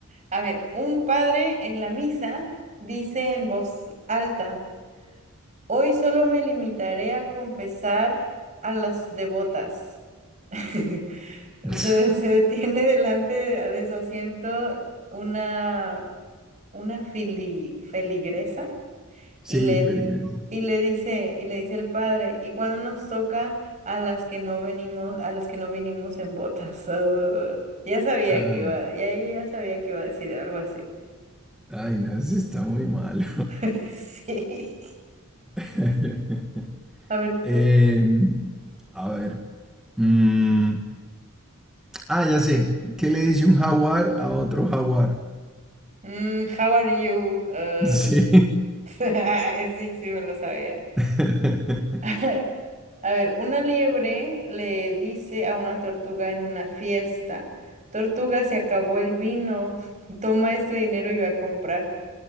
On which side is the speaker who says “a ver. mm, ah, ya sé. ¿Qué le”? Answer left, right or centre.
Centre